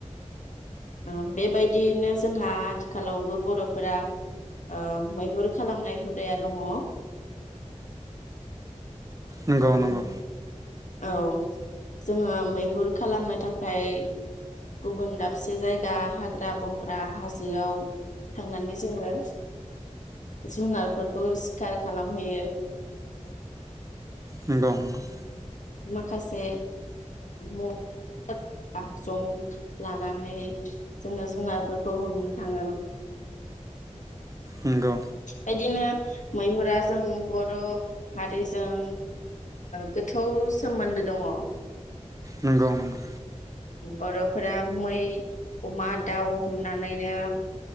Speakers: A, on the left; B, on the right.
A: ओ बेबायदियैनो जोंहा आथिखालावबो बर'फोरा ओ मैहुर खालामनाय हुदाया दङ।
B: नंगौ
A: औ
B: नंगौ
A: औ जोङो मैहुर खालामनो थाखाय गुबुन दाबसे जायगा हाग्रा बंग्रा हाजोआव थांनानै जोङो जुनारफोरखौ सिखार खालामहैयो
B: नंगौ-नंगौ
A: माखासे ओ <unintelligible> जं लानानै जोङो जुनारफोरखौ हमनो थाङो।
B: नंगौ
A: बेदिनो मैहुरा जों बर' हारिजों गोथौ ओ सोमोन्दो दंङ
B: नंगौ नंगौ
A: बर' फोर मै अमा दाउ हमनानैनो